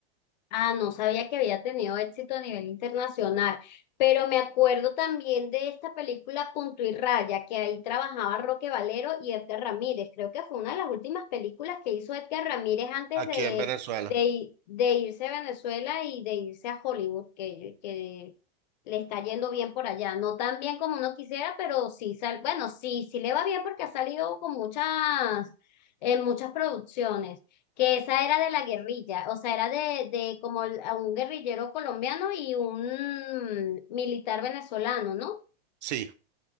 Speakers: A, on the left; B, on the right.
A: Ah, no sabía que había tenido éxito a nivel internacional, pero me acuerdo también de esta película Punto y Raya, que ahí trabajaba Roque Valero y Edgar Ramírez. Creo que fue una de las últimas películas que hizo Edgar Ramírez antes
B: aquí
A: de,
B: en Venezuela.
A: de, i- de irse a Venezuela y de irse a Hollywood, que, que le está yendo bien por allá. No tan bien como uno quisiera, pero sí, sal, bueno, sí, sí le va bien porque ha salido con muchas, en muchas producciones que esa era de la guerrilla, o sea, era de, de como el- a un guerrillero colombiano y un militar venezolano, ¿no?
B: Sí,